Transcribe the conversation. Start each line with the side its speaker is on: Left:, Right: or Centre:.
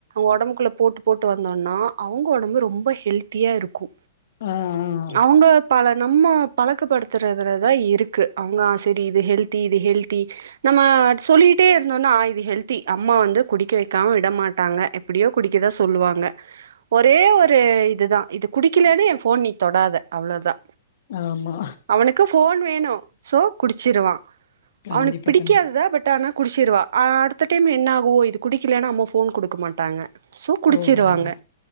Right: ஒடம்புக்குள்ள போட்டு போட்டு வந்தோனா அவுங்க ஒடம்பு ரொம்ப ஹெல்த்தியா இருக்கு
Left: ஆ ஆ
Right: அவுங்க பல நம்ம பழக்கப்படுத்துறதுலதா இருக்கு அவுங்க செரி இது ஹெல்தி இது ஹெல்தி நம்ம சொல்லிகிட்டே இருந்தோனா இது ஹெல்தி அம்மா வந்து குடிக்க வெக்காம விட மாட்டாங்க எப்டியோ குடிக்கதா சொல்லுவாங்க ஒரே ஒரு இதுதா இது குடிக்கலனா என் ஃபோன் நீ தொடாத அவ்ளோதா
Left: ஆமா
Right: அவனுக்கு போன் வேணு ஒ சோ குடிச்சிருவான்
Left: கண்டிப்பா
Right: அவனுக் பிடிக்காதுதா
Left: கண்டிப்பா
Right: பட் ஆனா குடிச்சிருவா அடுத்த டைம் என்ன ஆகு இது குடிக்கலனா அம்மா போன் குடுக்க மாட்டாங்க சோ குடிச்சிருவாங்க
Left: ஓ ஆமா